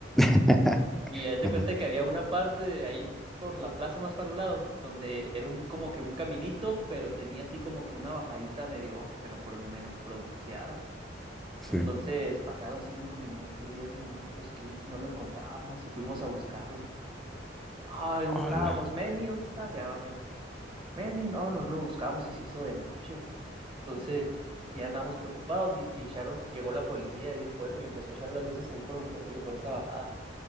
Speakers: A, in the centre; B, on the right.
A: <laughs>
B: Y haz de
A: Ajá,
B: cuenta que había una parte de ahí por la plaza más para un lado, donde era un, como que un caminito, pero tenía así como que una bajadita medio, pero por menos pronunciada.
A: sí.
B: Entonces pasaron cinco minutos, diez minutos, quince y no lo encontrábamos y fuimos a buscarlo. Ah, ¿dónde estábamos?
A: Ala,
B: Meni, ¿dónde está? Se llama Meni. Meni, no, no lo buscamos y se hizo de noche. Entonces ya andábamos preocupados y, y echaron- llegó la policía ahí del pueblo y empezó a echar las luces ahí por donde te digo, por esa bajada.